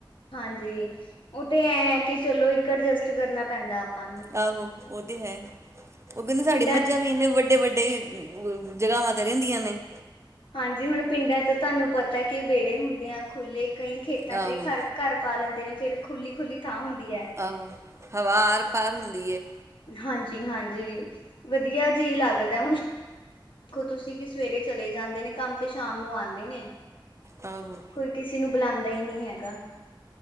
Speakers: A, on the left; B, on the right.
A: ਹਾਂਜੀ ਓ ਤੇ ਐਂ ਆ ਕਿ ਚਲੋ ਇੱਕ ਅਡਜਸਟ ਕਰਨਾ ਪੈਂਦਾ। ਨੂੰ
B: ਆਹੋ ਓ ਤੇ ਹੈ ਓ ਕੈਂਦੇ ਸਾਡੀ
A: ਪਿੰਡਾਂ
B: ਮੱਝਾਂ ਵੀ ਏਨੇ ਵੱਡੇ ਵੱਡੇ ਜਗ੍ਹਾਵਾਂ ਤੇ ਰੈਂਦੀਆਂ ਨੇ।
A: ਹਾਂਜੀ ਹੁਣ ਪਿੰਡਾਂ 'ਚ ਤਾਨੂੰ ਪਤਾ ਕੀ ਵੇੜੇ ਹੁੰਦੇ ਆ ਖੁੱਲ੍ਹੇ, ਕਈ ਖੇਤਾਂ
B: ਆਹੋ
A: 'ਚ ਵੀ ਘਰ ਘਰ ਪਾ ਲੈਂਦੇ ਨੇ ਫੇਰ ਖੁੱਲੀ ਖੁੱਲੀ ਥਾਂ ਹੁੰਦੀ ਐ।
B: ਆਹੋ ਹਵਾ ਆਰ ਪਾਰ ਹੁੰਦੀ ਏ।
A: ਹਾਂਜੀ ਹਾਂਜੀ ਜੀ ਵਧੀਆ ਜੀ ਲੱਗਦਾ ਹੁਣ। ਦੇਖੋ ਤੁਸੀਂ ਕੀ ਸਵੇਰੇ ਚਲੇ ਜਾਂਦੇ ਨੇ ਕੰਮ ਤੇ ਸ਼ਾਮ ਨੂੰ ਆਂਦੇ ਨੇ।
B: ਆਹੋ।
A: ਕੋਈ ਕਿਸੀ ਨੂੰ ਬਲਾਂਦਾ ਈ ਨੀ ਹੈਗਾ।